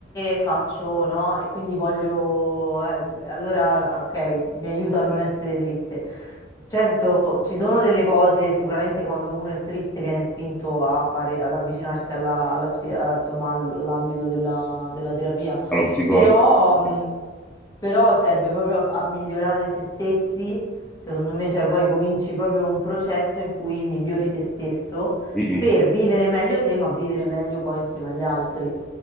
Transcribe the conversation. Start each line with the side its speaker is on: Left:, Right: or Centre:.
Left: Faccio, no? E quindi voglio, ehm, allora, ah, ok, mi aiuta a non essere triste. Certo, ci sono delle cose, sicuramente quando uno è triste viene spinto a fare, ad avvicinarsi alla, alla psi- a- insomma, all'ambito della della terapia
Centre: dallo psicologo.
Left: però, mh,
Centre: Sì.
Left: però serve proprio a, a migliorare se stessi, secondo me, cioè poi cominci proprio un processo in cui migliori te stesso
Centre: Mm, mm.
Left: per vivere meglio te, ma vivere meglio poi insieme agli altri.